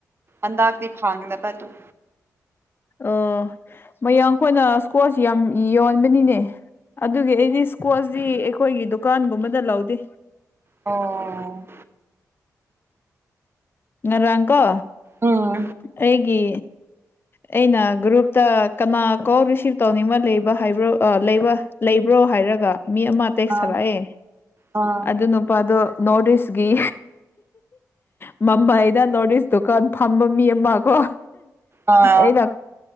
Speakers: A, on the right; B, on the left.
A: ꯍꯟꯗꯛꯗꯤ ꯐꯪꯗꯕ ꯇꯨ
B: ꯑꯣ ꯃꯌꯥꯡ ꯈꯣꯏꯅ ꯏꯁꯀ꯭ꯋꯥꯁ ꯌꯥꯝ ꯌꯣꯟꯕꯅꯤꯅꯦ ꯑꯗꯨꯒꯤ ꯑꯩꯗꯤ ꯏꯁꯀ꯭ꯋꯥꯁꯗꯤ ꯑꯩꯈꯣꯏꯒꯤ ꯗꯨꯀꯥꯟꯒꯨꯝꯕꯗ ꯂꯧꯗꯦ
A: ꯑꯣ
B: ꯉꯔꯥꯡ ꯀꯣ
A: ꯎꯝ
B: ꯑꯩꯒꯤ ꯑꯩꯅ ꯒ꯭ꯔꯨꯞꯇ ꯀꯅꯥ ꯀꯣꯜ ꯔꯤꯁꯤꯞ ꯇꯧꯅꯤꯡꯕ ꯂꯩꯕ ꯍꯥꯏꯕ꯭ꯔꯣ ꯑ ꯂꯩꯕ ꯂꯩꯕ꯭ꯔꯣ ꯍꯥꯏꯔꯒ ꯃꯤ ꯑꯃ ꯇꯦꯛꯁ
A: ꯑ
B: ꯊꯥꯔꯛꯑꯦ
A: ꯑ
B: ꯑꯗꯨ ꯅꯨꯄꯥꯗꯣ ꯅꯣꯔꯠ ꯏꯁꯒꯤ ꯃꯝꯕꯥꯢꯗ ꯅꯣꯔꯠ ꯏꯁ ꯗꯨꯀꯥꯟ ꯐꯝꯕ ꯃꯤ ꯑꯃꯀꯣ
A: ꯑ
B: ꯑꯩꯅ